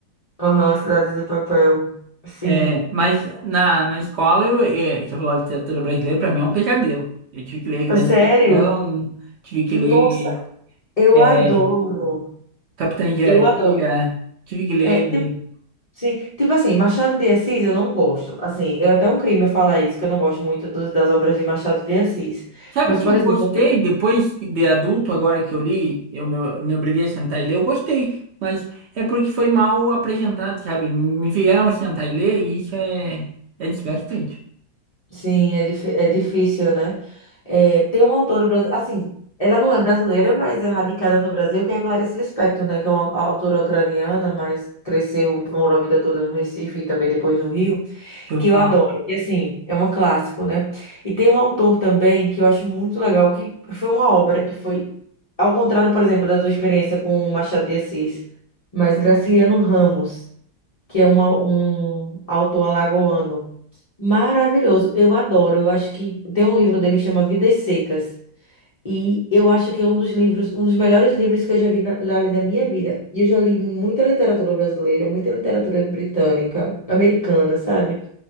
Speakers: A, on the left (about 40°); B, on the right (about 60°).
A: Aham, Cidade de Papel. Sim.
B: É, mas na, na escola, eu, é, você falou de literatura brasileira, para mim é um pesadelo. Eu tive que ler Grande
A: Ah, Sério?
B: Questão, tive que
A: Nossa,
B: ler
A: eu
B: é,
A: adoro.
B: Capitã de
A: Eu
B: Areia,
A: adoro.
B: tive que ler.
A: É, sim, tipo assim, Machado de Assis eu não gosto. Assim, é até um crime eu falar isso, que eu não gosto muito dos- das obras de Machado de Assis.
B: Sabe
A: Mas,
B: que
A: por
B: eu
A: exemplo,
B: gostei
A: de-
B: depois de adulto, agora que eu li, eu me, me obriguei a sentar e ler, eu gostei, mas é porque foi mal apresentado, sabe? Me fizeram sentar e ler e isso é, é desgastante,
A: sim, é, dif- é difícil, né? É, tem um autor brasileiro, assim, ela não é brasileira, mas é radicada no Brasil, que é Clarice Lispector, né? Que é uma autora ucraniana, mas cresceu, morou a vida toda no Recife e também depois no Rio.
B: deixa
A: que
B: eu falar.
A: eu adoro. E assim, é um clássico, né? E tem um autor também que eu acho muito legal, que foi uma obra que foi, ao contrário, por exemplo, da tua experiência com o Machado de Assis, mas Graciliano Ramos, que é uma- um autor alagoano maravilhoso. Eu adoro. Eu acho que tem um livro dele que chama Vidas Secas. E eu acho que é um dos livros, um dos melhores livros que eu já vi na, na, na minha vida. E eu já li muita literatura brasileira, muita literatura britânica, americana, sabe?